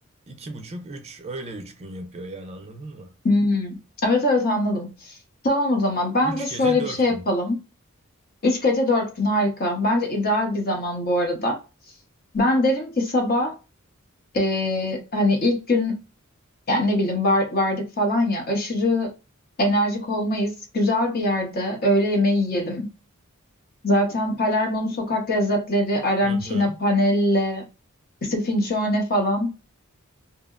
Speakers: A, on the right (about 30°); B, on the left (about 45°).
A: iki buçuk, üç öyle üç gün yapıyor yani anladın mı?
B: Hmm. Evet evet anladım. Tamam o zaman bence
A: Üç
B: şöyle
A: gece dört
B: bir şey yapalım.
A: gün.
B: Üç gece dört gün harika. Bence ideal bir zaman bu arada. Ben derim ki sabah eee, hani ilk gün yani ne bileyim var, vardık falan ya aşırı enerjik olmayız. Güzel bir yerde öğle yemeği yiyelim. Zaten Palermo'nun sokak lezzetleri arancina,
A: Hı hı.
B: panelle, sfincione falan